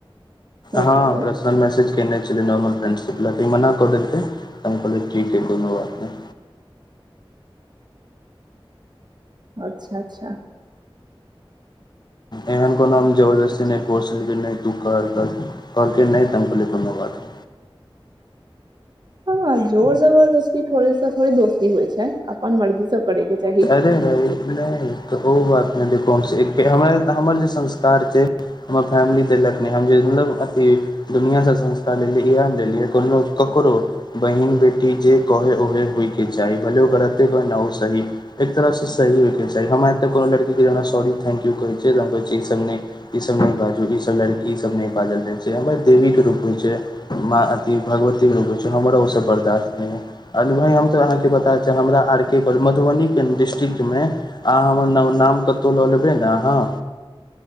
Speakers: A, on the left; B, on the right.
A: हँ
B: केलियै
A: पर्सनल मैसेज केने छलै। नॉर्मल फ्रेंडशिप लए तऽ ई मना कऽ देलकै। त हम कहिलाये ठीक है, कोनो बात नहि।
B: अच्छा अच्छा
A: एहन कोनोाम जबरदस्ती
B: ठीक छै
A: नहि को कि नहि तू कर-कर, करके नहि त हम कहलै कोनो बात
B: हँ जोर जबरदस्ती थोड़े सा थोड़े दोस्ती होइ छै। अपन मर्जीसँ करैके चाही।
A: <inaudible> नहि तऽ ओहो बात नहि देखू, हम हमर जे संस्कार छै। हमर फैमिली त <unintelligible> लगनी। हम जे मतलब अति। दुनआसँ संस्कार लेलियै। इहन लेलियै कोनो ककरो बहिन बेटी जे कहे ओहे होइके चाही भलो गलते नओ सही एक तरफ से सही होयके चाही हमरा ए कोनो लड़की के जे सॉरी थंकू कहै छै कह ई सब नहि ईसभ नहि बाजू ईसभ लड़कीसभ नहि बाजल जाइ छै, हम देवीे रूप होइ छै। मां अथ भगवतीे रूप हो छै हमरा ओहिसँ बर्दाश्त नहि य भाय हम तऽ अहाँके बता च हमरा र के कह मधुबनी के डिस्ट्रिक्ट मे अहाँ हमर न नाम कतो ले लेबे न अहां,